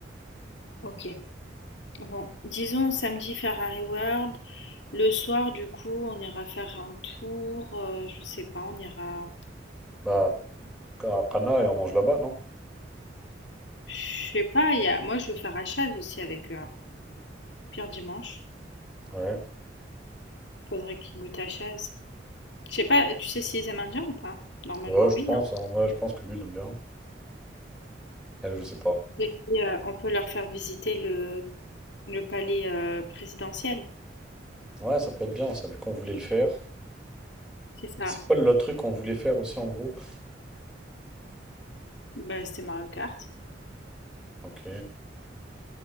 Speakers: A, on the left; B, in the centre.
A: Ok. Bon, disons samedi Ferrari World. Le soir, du coup, on ira faire un tour. euh, je sais pas, on ira.
B: Bah. Ka- Kana, et on mange là-bas, non?
A: Je sais pas, il y a... moi je veux faire à Chaz aussi avec eux. hein. Pire dimanche.
B: Ouais.
A: Faudrait qu'ils goûtent à Chaz. Je sais pas, tu sais s'ils aiment indien ou pas? Normalement,
B: Ouais, je
A: oui,
B: pense,
A: hein.
B: hein. Ouais, je pense que lui, il aime bien. Elle, je sais pas.
A: Et puis, euh, on peut leur faire visiter le, le palais euh, présidentiel.
B: Ouais, ça peut être bien, ça, vu qu'on voulait le faire.
A: C'est ça.
B: C'est quoi le truc qu'on voulait faire aussi en groupe?
A: Bah, c'était Mario Kart.
B: Ok.